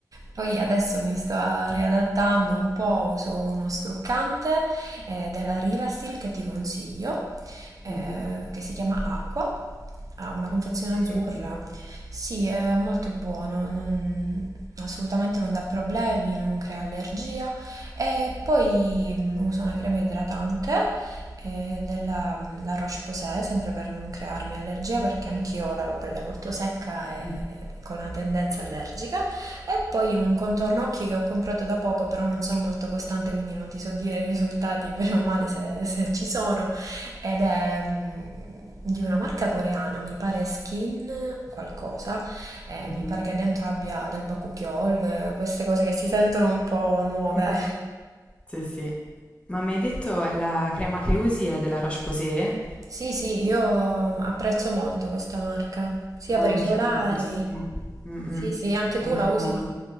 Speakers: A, on the right; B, on the left.
A: Poi adesso mi sto riadattando un po', uso uno struccante eh, della Rilastil che ti consiglio, eh,
B: Mhm.
A: che si chiama Acqua. Ha una confezione
B: Mai
A: azzurra.
B: sentito?
A: Sì, è molto buono, non- assolutamente non dà problemi, non crea allergia. E poi mm, uso una crema idratante eh, della mm, La Roche-Posay, sempre per non crearmi allergia, perché anch'io ho la pelle molto secca e
B: <laughs>
A: con una tendenza allergica. E poi un contorno occhi che ho comprato da poco, però non sono molto costante, quindi non ti so dire i risultati, <laughs> bene o male, se, se ci sono. Ed è mm, di una marca coreana, mi pare Skin qualcosa eh,
B: Mhm.
A: mi pare che dentro abbia del bakuchiol, eh, queste cose che si sentono un po' nuove.
B: Mh-mh. Sì, sì. Ma mi hai detto la crema che usi è della Roche-Posay?
A: Sì, sì, io apprezzo molto questa marca, sia
B: Eh,
A: per
B: anch'io
A: i solari.
B: tantissimo. Mh-mh.
A: Sì, sì, anche
B: Anch'io
A: tu la usi.
B: molto.